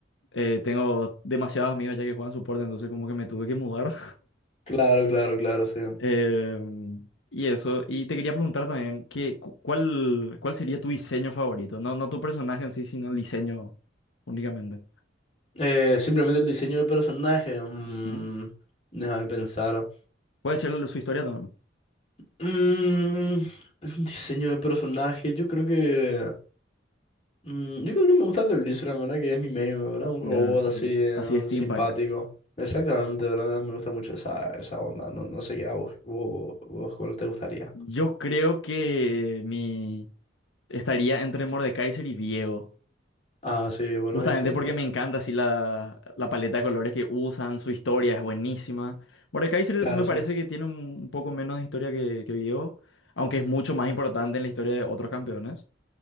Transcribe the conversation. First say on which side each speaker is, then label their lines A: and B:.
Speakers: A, on the left; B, on the left.
A: eh, tengo demasiados amigos ya que juegan support, entonces como que me tuve que mudar.
B: Claro, claro, claro, sí.
A: Eh, y eso, y te quería preguntar también, ¿qué, cu- cuál, cuál sería tu diseño favorito? No, no tu personaje en sí, sino el diseño únicamente.
B: Eh, simplemente el diseño de personaje. mm,
A: Ujú.
B: déjame pensar.
A: Puede ser el de su historia también,
B: Mm, el diseño de personaje, yo creo que. mm, yo creo que me gusta el de Blizzard, ¿verdad? Que es mi main, ¿verdad? Un
A: ya,
B: robot
A: su-
B: así, eh,
A: así steampunk.
B: simpático. Exactamente, ¿verdad? Me gusta mucho esa, esa onda. No, no sé qué a vos, vos, vos cuál te gustaría.
A: Yo creo que mi estaría entre Mordekaiser y viego
B: Ah, sí, buenos
A: justamente
B: diseños.
A: porque me encanta así la, la paleta de colores que usan, su historia es buenísima. Mordekaiser
B: Claro,
A: me parece
B: sí.
A: que tiene un, un poco menos de historia que, que viego aunque es mucho más importante en la historia de otros campeones.